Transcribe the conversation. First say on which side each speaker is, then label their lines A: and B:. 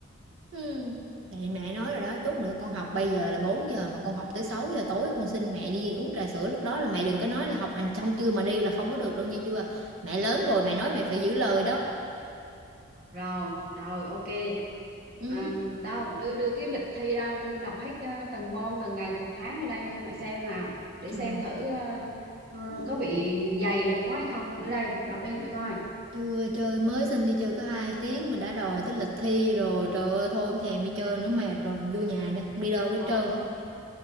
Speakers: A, on the right (about 80°); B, on the right (about 45°).
A: Ừ. Vậy mẹ nói rồi đó, chút nữa con học bây giờ là 4 giờ mà con học tới 6 giờ tối con xin mẹ đi uống trà sữa lúc đó là mẹ đừng có nói là học hành xong chưa mà đi là không có được đâu nha chưa. Mẹ lớn rồi mẹ nói mẹ phải giữ lời đó.
B: rồi rồi ok
A: Ừ.
B: à, đâu đưa đưa cái lịch thi đâu đưa đọc hết ờ, từng môn từng ngày từng tháng ở đây cho mày xem nào để
A: Trời.
B: xem thử ờ, ờ,
A: Ừ.
B: có bị dày lịch quá hay không nữa đây đọc đi để coi
A: Chưa chơi mới xin đi chơi có 2 tiếng mà đã đòi tới lịch thi rồi. Trời ơi thôi không thèm đi chơi nữa mệt rồi, vô nhà đây, không đi đâu đi
B: thôi
A: trơn á.